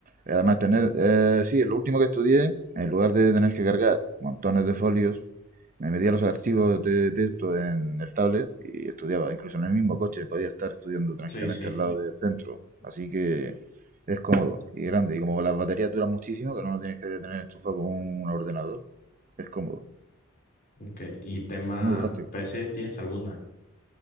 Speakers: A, on the right (about 40°); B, on the left (about 45°).
A: Además, tener, eh, sí, lo último que estudié, en lugar de tener que cargar montones de folios, me metía los archivos de texto en el tablet y estudiaba. Incluso en el mismo coche podía estar estudiando tranquilamente
B: Sí, sí.
A: al lado del centro. Así que es cómodo y grande. Y como las baterías duran muchísimo, que no lo tienes que tener enchufado con un ordenador, es cómodo.
B: Ok, ¿y tema
A: Muy práctico.
B: PC tienes alguna?